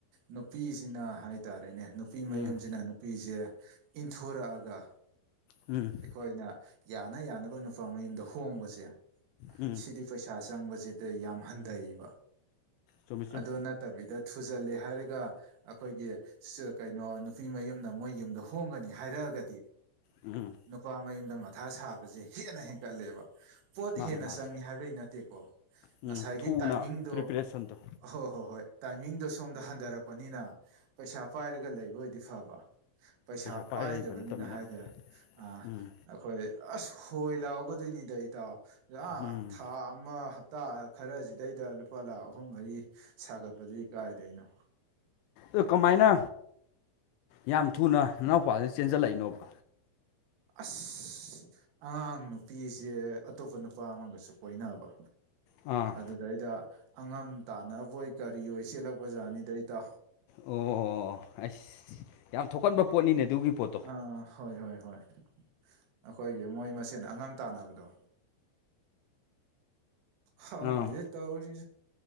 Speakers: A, on the right; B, on the left.
A: ꯅꯨꯄꯤꯁꯤꯅ ꯍꯥꯏꯇꯥꯔꯦꯅꯦ ꯅꯨꯄꯤ ꯃꯌꯨꯝꯁꯤꯅ
B: ꯎꯝ
A: ꯅꯨꯄꯤꯁꯦ ꯏꯟꯊꯣꯔꯛꯑꯒ
B: ꯎꯝ
A: ꯑꯩꯈꯣꯏꯅ ꯌꯥꯅ ꯌꯥꯅꯕ ꯅꯨꯄꯥ ꯃꯌꯨꯝꯗ ꯍꯣꯡꯕꯁꯦ
B: ꯎꯝ
A: ꯁꯤꯗꯤ ꯄꯩꯁꯥ ꯆꯪꯕꯁꯤꯗꯤ ꯌꯥꯝ ꯍꯟꯊꯕ
B: ꯆꯨꯝꯃꯤ ꯆꯨꯝ
A: ꯑꯗꯨ ꯅ ꯐꯠꯇꯕꯤꯗ ꯊꯨꯖꯜꯂꯦ ꯍꯥꯏꯔꯒ ꯑꯩꯈꯣꯏꯒꯤ ꯀꯩꯅꯣ ꯅꯨꯄꯤ ꯃꯌꯨꯝꯅ ꯃꯣꯏ ꯌꯨꯝꯗ ꯍꯣꯡꯒꯅꯤ ꯍꯥꯏꯔꯛꯑꯒꯗꯤ
B: ꯎꯝ
A: ꯅꯨꯄꯥ ꯃꯌꯨꯝꯗ ꯃꯊꯥ ꯁꯥꯕꯁꯦ ꯍꯦꯟꯅ ꯍꯦꯟꯀꯠꯂꯦꯕ ꯄꯣꯠ
B: ꯃꯥꯅꯦ
A: ꯍꯦꯟꯅ
B: ꯃꯥꯅꯦ
A: ꯆꯪꯏ ꯍꯥꯏꯕꯩ ꯅꯠꯇꯦꯀꯣ
B: ꯎꯝ
A: ꯉꯁꯥꯏꯒꯤ
B: ꯊꯨꯅ
A: ꯇꯥꯏꯃꯤꯡꯗꯣ
B: ꯄ꯭ꯔꯤꯄꯦꯔꯦꯁꯟꯗꯣ
A: ꯑ ꯍꯣꯏ ꯍꯣꯏ ꯍꯣꯏ ꯇꯥꯏꯃꯤꯡꯗꯣ ꯁꯣꯝꯗ ꯍꯟꯊꯔꯛꯄꯅꯤꯅ ꯄꯩꯁꯥ ꯄꯥꯏꯔꯒ ꯂꯩꯕ ꯑꯣꯏꯗꯤ ꯐꯕ ꯄꯩꯁꯥ
B: ꯄꯥꯏꯔ
A: ꯄꯥꯏꯗꯕꯅꯤꯅ
B: ꯂꯩꯕ ꯅꯠꯇꯕꯅꯤꯅ
A: ꯍꯥꯏꯔꯦ ꯑꯥ
B: ꯎꯝ
A: ꯑꯩꯈꯣꯏ ꯑꯁ ꯍꯣꯏ ꯂꯥꯎꯒꯗꯣꯏꯅꯤꯗ ꯏꯇꯥꯎ ꯑꯥ
B: ꯎꯝ
A: ꯊꯥ ꯑꯃ ꯍꯞꯇꯥ ꯈꯔꯁꯤꯗꯩꯗ ꯂꯨꯄꯥ ꯂꯥꯛ ꯑꯍꯨꯝ ꯃꯔꯤ ꯁꯥꯒꯠꯄꯗꯨꯒꯤ ꯀꯥꯏꯗꯩꯅꯣ
B: ꯑꯣ ꯀꯃꯥꯏꯅ ꯌꯥꯝ ꯊꯨꯅ ꯏꯅꯥꯎꯄꯥꯁꯤꯅ ꯆꯦꯟꯖꯜꯂꯛꯏꯅꯣꯕ
A: ꯑꯁ ꯑꯉꯥꯡ ꯅꯨꯄꯤꯁꯦ ꯑꯇꯣꯞꯄ ꯅꯨꯄꯥ ꯑꯃꯒꯁꯨ ꯀꯣꯏꯅꯕ
B: ꯑꯥ
A: ꯑꯗꯨꯗꯩꯗ ꯑꯉꯝ ꯇꯥꯟꯅꯕꯣꯏ ꯀꯔꯤ ꯑꯣꯏ ꯆꯦꯜꯂꯛꯄ ꯖꯥꯠꯅꯤꯗꯩꯗ
B: ꯑꯣ ꯑꯁ ꯌꯥꯝ ꯊꯣꯛꯀꯟꯕ ꯄꯣꯠꯅꯤꯅꯦ ꯑꯗꯨꯒꯤ ꯄꯣꯠꯇꯣ
A: ꯑꯥ ꯍꯣꯏ ꯍꯣꯏ ꯍꯣꯏ ꯑꯩꯈꯣꯏꯒꯤ ꯃꯣꯏ ꯃꯁꯦꯟ ꯑꯉꯝ ꯇꯥꯟꯅꯕꯗꯣ ꯍꯪꯗꯦ
B: ꯑꯥ
A: ꯇꯧꯔꯤ